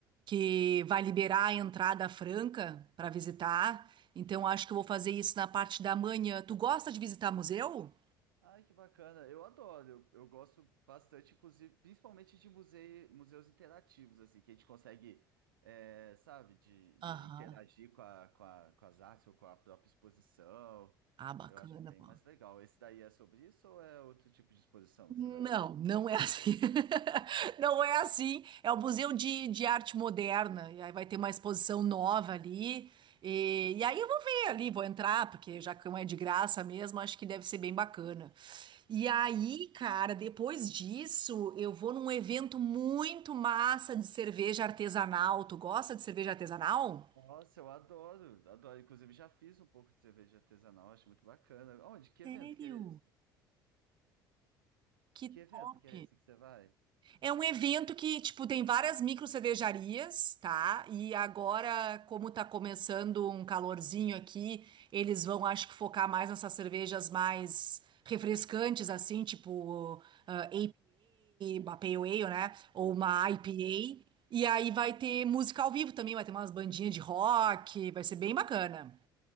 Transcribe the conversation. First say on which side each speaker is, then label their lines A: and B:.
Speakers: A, on the right; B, on the right.
A: que vai liberar a entrada franca para visitar. Então acho que eu vou fazer isso na parte da manhã. Tu gosta de visitar museu?
B: Ai, que bacana. Eu adoro. Eu, eu gosto bastante, inclusive, principalmente de musei, museus interativos, assim, que a gente consegue, é, sabe, de, de
A: Aham.
B: interagir com a, com a- com as artes ou com a própria exposição.
A: Ah, bacana,
B: Eu acho bem
A: pô.
B: mais legal. Esse daí é sobre isso ou é outro tipo de exposição que
A: Não,
B: você vai ver?
A: não é assim. <laughs> Não é assim. É o Museu de, de Arte Moderna. E aí vai ter uma exposição nova ali. E, e aí eu vou ver ali, vou entrar, porque já que não é de graça mesmo, acho que deve ser bem bacana. E aí, cara, depois disso, eu vou num evento muito massa de cerveja artesanal. Tu gosta de cerveja artesanal?
B: Nossa, eu adoro, adoro. Inclusive, já fiz um pouco de cerveja artesanal, acho muito bacana. Onde? Que evento
A: Sério?
B: que é esse?
A: Que
B: Que evento
A: top!
B: que é esse que você vai?
A: É um evento que, tipo, tem várias micro cervejarias, tá? E agora, como tá começando um calorzinho aqui, eles vão, acho que, focar mais nessas cervejas mais refrescantes, assim, tipo ah, APA, uma Pale Ale, né? Ou uma IPA. E aí vai ter música ao vivo também, vai ter umas bandinhas de rock, vai ser bem bacana.